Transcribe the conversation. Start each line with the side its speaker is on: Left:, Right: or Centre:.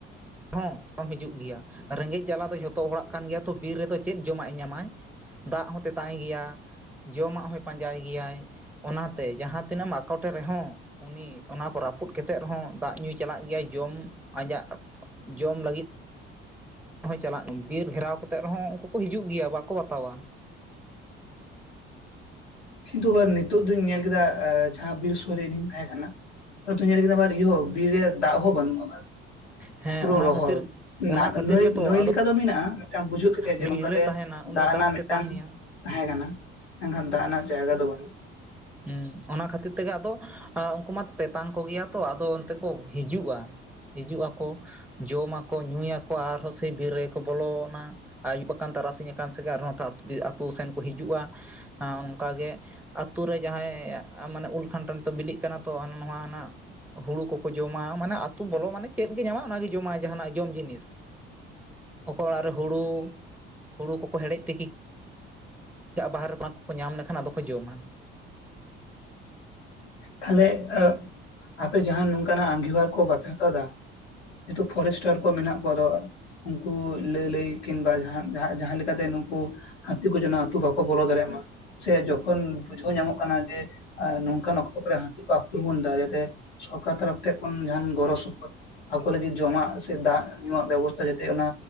Centre: ᱦᱚᱸ <inaudible> ᱦᱚᱸ ᱦᱤᱡᱩᱜ ᱜᱮᱭᱟ ᱾ ᱨᱮᱸᱜᱮᱡ ᱡᱟᱞᱟ ᱫᱚ ᱡᱚᱛᱚ ᱦᱚᱲᱟᱜ ᱠᱟᱱ ᱜᱮᱭᱟ ᱛᱚ, ᱵᱤᱨ ᱨᱮᱫᱚ ᱪᱮᱫ ᱡᱚᱢᱟᱜᱼᱮ ᱧᱟᱢᱟᱭ? ᱫᱟᱜ ᱦᱚᱸ ᱛᱮᱛᱟᱝ-ᱮ ᱜᱮᱭᱟ, ᱡᱚᱢᱟᱜ ᱦᱚᱸᱭ ᱯᱟᱸᱡᱟᱭ ᱜᱮᱭᱟᱭ ᱚᱱᱟᱛᱮ ᱡᱟᱦᱟᱸ ᱛᱤᱱᱟᱹᱜ ᱮᱢ ᱟᱠᱚᱴᱮ ᱨᱮᱦᱚᱸ ᱩᱱᱤ ᱚᱱᱟ ᱠᱚ ᱨᱟᱹᱯᱩᱫ ᱠᱮᱛᱮᱫ ᱨᱮᱦᱚᱸ ᱫᱟᱜ ᱧᱩᱭ ᱪᱟᱞᱟᱜ ᱜᱮᱭᱟᱭ ᱡᱚᱢ ᱟᱡᱟᱜ ᱡᱚᱢ ᱞᱟᱹᱜᱤᱫ᱾ ᱦᱚᱭ ᱪᱟᱞᱟᱜ <inaudible> ᱵᱤᱨ ᱜᱷᱮᱨᱟᱣ ᱠᱟᱛᱮᱫ ᱨᱮᱦᱚᱸ ᱩᱱᱠᱩ ᱠᱚ ᱦᱤᱡᱩᱜ ᱜᱮᱭᱟ ᱵᱟᱠᱚ ᱵᱟᱛᱟᱣᱟ᱾
Left: ᱠᱤᱱᱛᱩ ᱟᱨ ᱱᱤᱛᱚᱜ ᱫᱚᱧ ᱧᱮᱞ ᱠᱮᱫᱟ ᱟᱹ ᱡᱟᱦᱟᱸ ᱵᱤᱨ ᱥᱩᱨ ᱨᱮ ᱤᱧᱤᱧ ᱛᱟᱦᱮᱸ ᱠᱟᱱᱟ ᱾ ᱚᱱᱮ ᱛᱩᱧ ᱧᱮᱞ ᱠᱮᱫᱟ ᱵᱟᱨ ᱤᱭᱟᱹ ᱦᱚ ᱵᱤᱨ ᱨᱮ ᱫᱟᱜ ᱦᱚᱸ ᱵᱟᱹᱱᱩᱜ-ᱟ᱾ ᱵᱟᱨ
Centre: ᱦᱮᱸ
Left: ᱯᱩᱨᱟᱹ
Centre: ᱚᱱᱟ
Left: ᱨᱚᱦᱚᱲ᱾
Centre: ᱠᱷᱟᱹᱛᱤᱨ ᱚᱱᱟ
Left: ᱱᱟᱠ
Centre: ᱠᱷᱟᱹᱛᱤᱨ
Left: ᱱᱩᱭ,
Centre: ᱜᱮᱛᱚ
Left: ᱱᱩᱭ
Centre: ᱟᱫᱚ
Left: ᱞᱮᱠᱟ ᱫᱚ ᱢᱮᱱᱟᱜᱼᱟ ᱢᱤᱫᱴᱟᱝ ᱵᱩᱡᱷᱟᱹᱜ ᱠᱟᱛᱮᱫ ᱡᱮ
Centre: ᱵᱤᱨ
Left: ᱱᱚᱝᱠᱟ
Centre: ᱨᱮ
Left: ᱛᱮ
Centre: ᱛᱟᱦᱮᱱᱟ ᱩᱱᱤ
Left: ᱫᱟᱜ ᱨᱮᱱᱟᱜ
Centre: ᱛᱮᱛᱟᱝ
Left: ᱢᱤᱫᱴᱟᱝ
Centre: ᱮᱭᱟ
Left: ᱛᱟᱦᱮᱸ ᱠᱟᱱᱟ᱾ ᱢᱮᱱᱠᱷᱟᱱ ᱫᱟᱜ ᱨᱮᱱᱟᱜ ᱡᱟᱭᱜᱟ ᱫᱚ ᱵᱟᱹᱱᱩᱜᱼᱟ ᱾
Centre: ᱦᱮᱸ ᱚᱱᱟ ᱠᱷᱟᱹᱛᱤᱨ ᱛᱮᱜᱮ ᱟᱫᱚ ᱟᱸ ᱩᱱᱠᱩ ᱢᱟ ᱛᱮᱛᱟᱝ ᱠᱚᱜᱮᱭᱟ ᱛᱚ, ᱟᱫᱚ ᱚᱱᱛᱮ ᱠᱚ ᱦᱤᱡᱩᱜᱼᱟ᱾ ᱦᱤᱡᱩᱜ ᱟᱠᱚ, ᱡᱚᱢᱟ ᱠᱚ, ᱧᱩᱭᱟ ᱠᱚ ᱟᱨᱦᱚᱸ ᱥᱮᱭ ᱵᱤᱨ ᱨᱮᱜᱮ ᱠᱚ ᱵᱚᱞᱚᱱᱟ᱾ ᱟᱹᱭᱩᱵ ᱟᱠᱟᱱ ᱛᱟᱨᱟᱥᱤᱧ ᱟᱠᱟᱱ ᱥᱮᱜᱮ ᱟᱨᱦᱚᱸ ᱛᱷᱟᱜ ᱛᱩ ᱟᱹᱛᱩ ᱥᱮᱱ ᱠᱚ ᱦᱤᱡᱩᱜᱼᱟ᱾ ᱦᱟᱸ ᱚᱱᱠᱟ ᱜᱮ ᱾ ᱟᱹᱛ ᱟᱹᱛᱩ ᱨᱮ ᱡᱟᱦᱟᱸᱭ ᱢᱟᱱᱮ ᱩᱞ ᱠᱷᱟᱱᱴᱟᱲ ᱱᱤᱛᱚᱜ ᱵᱤᱞᱤᱜ ᱠᱟᱱᱟ ᱛᱚ᱾ ᱱᱚᱣᱟ ᱱᱷᱟᱜ ᱦᱩᱲᱩ ᱠᱚᱠᱚ ᱡᱚᱢᱟ᱾ ᱢᱟᱱᱮ ᱟᱛᱩ ᱵᱚᱞᱚ ᱢᱟᱱᱮ ᱪᱮᱫ ᱜᱮ ᱧᱟᱢᱟᱭ ᱚᱱᱟ ᱜᱮ ᱡᱚᱢᱟᱭ ᱡᱟᱦᱟᱱᱟᱜ ᱡᱚᱢ ᱡᱤᱱᱤᱥ᱾ ᱚᱠᱚᱭ ᱚᱲᱟᱜ ᱨᱮ ᱦᱳᱲᱳ, ᱦᱳᱲᱳ ᱠᱚᱠᱚ ᱦᱮᱲᱮᱡ ᱛᱤᱠᱤ ᱪᱟᱜᱼᱟ᱾ ᱵᱟᱦᱟᱨ ᱨᱮ ᱚᱱᱟ ᱠᱚᱠᱚ ᱧᱟᱢ ᱞᱮᱠᱷᱟᱱ ᱟᱫᱚ ᱠᱚ ᱡᱚᱢᱟ᱾
Left: ᱛᱟᱦᱞᱮ ᱟᱹᱜ ᱟᱯᱮ ᱡᱟᱦᱟᱱ ᱱᱚᱝᱠᱟᱱᱟᱜ ᱟᱸᱜᱤᱵᱦᱟᱨ ᱠᱚ ᱵᱟᱯᱮ ᱦᱟᱛᱟᱣ ᱫᱟ᱾ ᱱᱤᱛᱚᱜ ᱯᱷᱚᱨᱮᱥᱴᱟᱨ ᱠᱚ ᱢᱮᱱᱟᱜ ᱠᱚᱣᱟ ᱫᱚ᱾ ᱩᱱᱠᱩ ᱞᱟᱹ ᱞᱟᱹᱭ ᱠᱤᱱ ᱵᱟ ᱡᱟᱦᱟᱸᱱ ᱡᱟᱦᱟᱸ-ᱡᱟᱦᱟᱸ ᱞᱮᱠᱟᱛᱮ ᱱᱩᱠᱩ ᱦᱟᱹᱛᱤ ᱠᱚ ᱡᱚᱱᱟ ᱟᱹᱛᱩ ᱵᱟᱠᱚ ᱵᱚᱞᱚ ᱫᱟᱲᱮᱭᱟᱜ ᱢᱟ᱾ ᱥᱮ ᱡᱚᱠᱷᱚᱱ ᱵᱩᱡᱷᱟᱹᱣ ᱧᱟᱢᱚᱜ ᱠᱟᱱᱟ ᱡᱮ ᱮᱸ ᱱᱚᱝᱠᱟᱱ ᱚᱠ ᱚᱠᱟᱨᱮ ᱦᱟᱹᱛᱤ ᱠᱚ ᱟᱠᱨᱚᱢᱚᱱᱫᱟ ᱡᱟᱛᱮ ᱥᱚᱨᱠᱟᱨ ᱛᱟᱨᱟᱯᱷ ᱛᱮ ᱠᱷᱚᱱ ᱡᱟᱦᱟᱱ ᱜᱚᱲᱚ ᱥᱚᱯᱚᱦᱚᱫ᱾ ᱟᱠᱚ ᱞᱟᱹᱜᱤᱫ ᱡᱚᱢᱟᱜ ᱥᱮ ᱫᱟᱜ ᱧᱩᱣᱟᱜ ᱵᱮᱵᱚᱥᱛᱷᱟ ᱡᱮᱛᱮ ᱚᱱᱟ